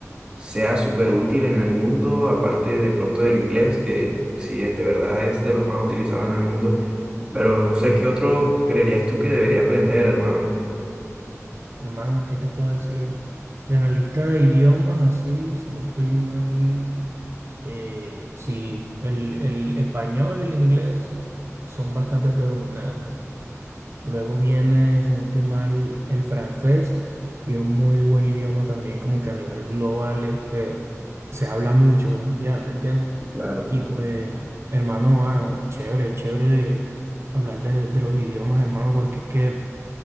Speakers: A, on the right (about 20°); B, on the right (about 50°).
A: sea súper útil en el mundo, aparte de pronto del inglés, que sí es de verdad es de los más utilizados en el mundo. Pero no sé qué otro creerías tú que debería aprender, hermano.
B: Hermano, ¿qué te puedo decir? En la lista de idiomas, así, si no estoy mal, eh, sí, el, el español y el inglés son bastante predominantes. Luego viene, si no estoy mal, el francés y es un muy buen idioma también, como que a nivel global, este, se habla mucho, ya, ¿me entiendes?
A: Claro.
B: Y pues, hermano, ah, chévere, chévere de hablar de, de los idiomas, hermano, porque es que,